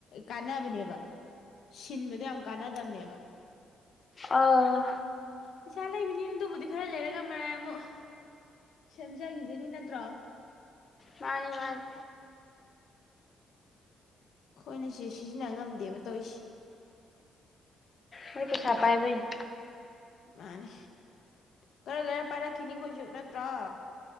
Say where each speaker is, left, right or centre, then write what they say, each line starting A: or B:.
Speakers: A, on the left; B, on the left.
A: ꯀꯥꯟꯅꯕꯅꯦꯕ ꯁꯤꯟꯕꯗ ꯌꯥꯝ ꯀꯥꯟꯅꯗꯕꯅꯦꯕ
B: ꯑꯥ
A: ꯄꯩꯁꯥ ꯂꯩꯕꯅꯤꯅ ꯑꯗꯨꯕꯨꯗꯤ ꯈꯔ ꯂꯩꯔꯒ ꯃꯔꯥꯏ ꯑꯃꯨꯛ ꯁꯦꯝꯖꯒꯤꯖꯅꯤ ꯅꯠꯇ꯭ꯔꯣ
B: ꯃꯥꯅꯤ ꯃꯥꯅꯤ
A: ꯑꯩꯈꯣꯏꯅ ꯁꯤ ꯁꯤꯖꯤꯟꯅ ꯉꯝꯗꯦꯕ ꯇꯧꯏꯁꯤ
B: ꯃꯥꯏ ꯄꯩꯁꯥ ꯄꯥꯏꯕꯩꯅꯤ
A: ꯃꯥꯅꯦ ꯈꯔ ꯂꯩꯔ ꯄꯥꯏꯔꯛꯈꯤꯅꯤ ꯑꯈꯣꯏꯁꯨ ꯅꯠꯇ꯭ꯔꯣ